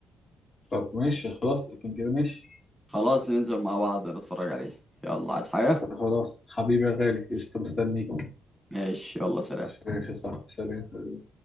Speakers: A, on the left; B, in the centre.
A: طب ماشي خلاص كان كده ماشي
B: خلاص ننزل مع بعض نتفرج عليه يلا عايز حاجه
A: طب خلاص حبيبي يا غالي قشطة مستنيك
B: ماشي يلا سلام
A: ماشي يا صاحبي سلام